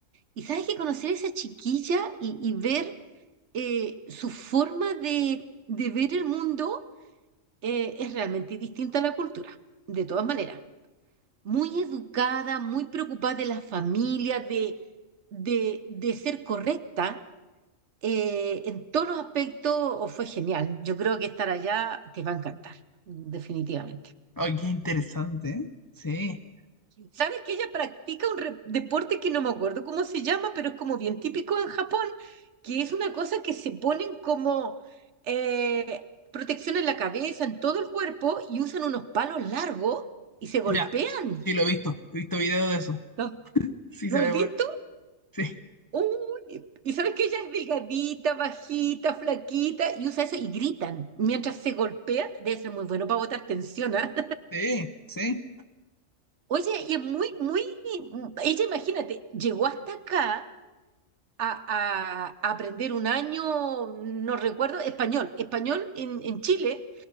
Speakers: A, on the right; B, on the left.
A: Y sabes que conocer a esa chiquilla y, y ver eh, su forma de, de ver el mundo eh, es realmente distinta a la cultura, de todas maneras. Muy educada, muy preocupada de la familia, de, de, de ser correcta eh, en todos los aspectos, o fue genial. Yo creo que estar allá te va a encantar, definitivamente.
B: Ay, qué interesante, ¿eh? Sí.
A: ¿Sabes que ella practica un re- deporte que no me acuerdo cómo se llama, pero es como bien típico en Japón, que es una cosa que se ponen como eh, protección en la cabeza, en todo el cuerpo, y usan unos palos largos y se golpean.
B: Ya, sí, lo he visto. He visto videos de eso.
A: ¿Los,
B: Sí,
A: los
B: se ve
A: has visto?
B: bueno. Sí,
A: Uy, y sabes que ella es delgadita, bajita, flaquita, y usa eso y gritan. Mientras se golpean, debe ser muy bueno para botar tensión, ¿ah?
B: sí, sí.
A: <laughs> Oye, y es muy, muy... Ella, imagínate, llegó hasta acá a, a- a aprender un año, no recuerdo, español, español en, en Chile,